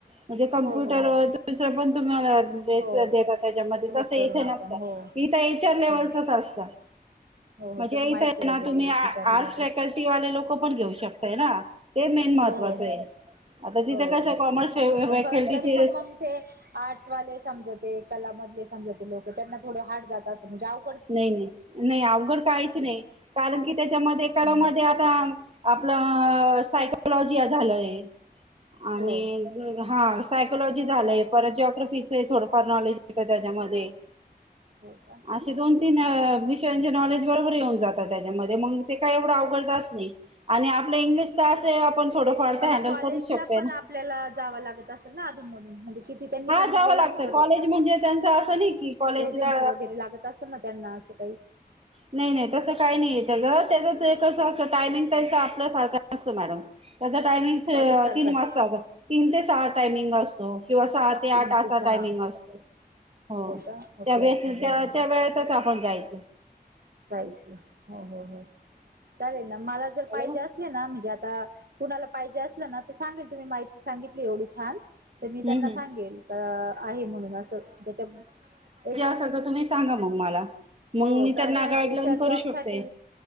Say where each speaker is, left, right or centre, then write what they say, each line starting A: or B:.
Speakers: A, on the right; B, on the right.
A: म्हणजे कम्प्युटर
B: हो हो हो
A: दुसरं पण तुम्हाला तेच
B: हो
A: देतात त्याच्यामध्ये
B: सिलेक्ट
A: तसं
B: करून
A: इथे
B: आपण
A: नसतं
B: हो
A: इथं एच आर लेवलचच
B: हो
A: असतं.
B: हो हो
A: म्हणजे
B: सगळी
A: इथं
B: माहिती
A: आहे
B: वगैरे
A: ना तुम्ही आर्ट
B: विचारली
A: आर्ट्स
B: जात
A: फॅकल्टीवाले
B: असेल
A: लोक पण घेऊ शकताय ना. ते मेन महत्त्वाचं
B: हो हो
A: आहे
B: हो
A: आता तिथे
B: हो
A: कसं कॉमर्स फे अ
B: पण
A: फॅकल्टीचेस
B: तरी पण मग ते आर्टसवाले समजा ते कला मधले समजा ते लोकं त्यांना थोडं हार्ड जात असं म्हणजे अव
A: नाही नाही नाही अवघड काहीच नाही कारण की त्याच्यामध्ये
B: हम्म.
A: कळामध्ये आता आपलं सायकलॉजीया झालंय आणि
B: हो
A: हा सायकोलॉजी झालंय परत ज्यॉग्रफीचे थोडफार नॉलेज येतं त्याच्यामध्ये.
B: हो का.
A: अशे दोन-तीन विषयांचे नॉलेज बरोबर येऊन जातात त्याच्यामध्ये मंग ते काही एवढं अवघडतात नाही. आणि आपलं इंग्लिश तर असे आपण थोडंफार
B: पण
A: ते हँडल
B: मग कॉलेजला
A: करू शकतोय
B: पण
A: ना.
B: आपल्याला जावा लागत असेल ना अधून मधुन म्हणजे कित ती त्यांनी
A: हा
B: सांगितले
A: जावं लागतं
B: असतं
A: कॉलेज म्हणजे त्यांचं असं नाही की कॉलेजला
B: प्रेझेंटी वगैरे लागत तसं ना त्यांना असं काही
A: नाही नाही तसं काही नाही त्याच त्याच कसं असं टायमिंग त्यांच आपल्या सारखं नसतो मॅडम त्याचा टायमिंग
B: कॉलेज सारखाच
A: तीन वाजताचा तीन ते सहा टायमिंग असतो किंवा सात ते
B: तीन
A: आठ असा
B: सहा
A: टायमिंग असतो हो
B: का ओके
A: त्या <unintelligible>
B: ओके
A: त्या
B: हो हो
A: त्यावेळेत तसं आपण जायचं.
B: जायच हो हो हो चालेल ना मला जर
A: हॅलो
B: पाहिजे अस ते ना म्हणजे आता कुणाला पाहिजे असलं ना तर सांगेल तुम्ही माहिती सांगितली एवढी छान तर
A: हम्म
B: मी त्यांना
A: हम्म
B: सांगेल का आहे म्हणून असं त्याच्या एक
A: <unintelligible> तुम्हीच सांगा मग मला मग
B: हो
A: मी
B: कारण
A: त्यांना
B: या हच्या
A: गाईडलाईन करू
B: जॉबसाठी
A: शकते